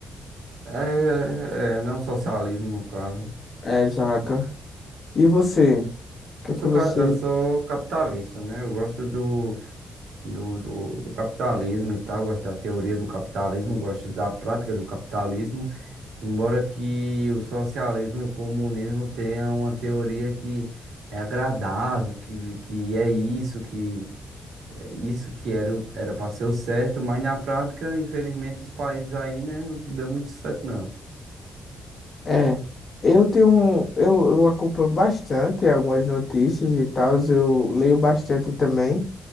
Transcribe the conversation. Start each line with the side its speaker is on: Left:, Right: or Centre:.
Right: É, é, não socialismo, no caso.
Left: É, exato. E você? O que
Right: Eu
Left: é
Right: sou,
Left: que você...
Right: ca- eu sou capitalista, né? Eu gosto do, do, do, do capitalismo e tal, gosto da teoria do capitalismo, gosto da prática do capitalismo. Embora que o socialismo e o comunismo tenham uma teoria que é agradável, que, que é isso, que é isso que era, o- era para ser o certo, mas na prática, infelizmente, os países aí, né, não deu muito certo, não.
Left: É, eu tenho... um, Eu, eu acompanho bastante algumas notícias e tal, eu leio bastante também.